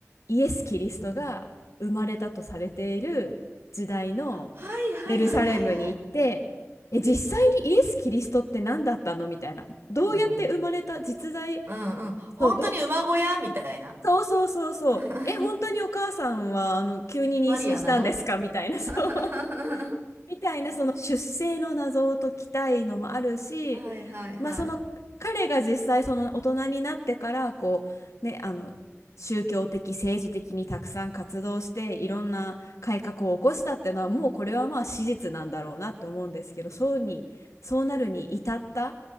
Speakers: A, on the left (about 75°); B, on the right (about 50°).
A: イエス・キリストが生まれたとされている時代の
B: うん。はいはいはいはいはい。
A: エルサレムに行ってえ実際にイエス・キリストって何だったのみたいなどうやって生まれた実在
B: うん。うんうん。本当に馬小屋みたいな。
A: そうどそうそうそうそう。
B: <laughs>
A: え、本当にお母さんは、あの、急に妊娠したんですか
B: マリアなの
A: <laughs> みたいな、
B: <laughs> は
A: そう。<laughs> みたいな、その出生の謎を解きたいのもあるし、
B: いはいはい。
A: まあ、その、彼が実際、その大人になってから、こう、ね、あの、宗教的、政治的にたくさん活動して、いろんな改革を起こしたっていうのは、もうこれはまあ史実なんだろうなって思うんですけど、そうに、そうなるに至った、